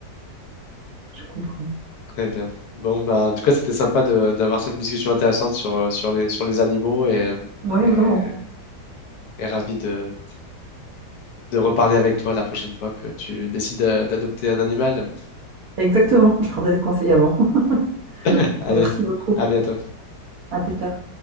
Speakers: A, on the right; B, on the left.
A: Je comprends.
B: Très bien. Bon, bah, en tout cas, c'était sympa de- d'avoir cette discussion intéressante sur, euh, sur les, sur les animaux et,
A: Oui,
B: et,
A: vraiment.
B: et ravi de, de reparler avec toi la prochaine fois que tu décides d'a- d'adopter un animal.
A: Exactement. Je prendrai des conseils avant.
B: <laughs>
A: <laughs>
B: Allez,
A: Merci beaucoup.
B: à bientôt.
A: À plus tard.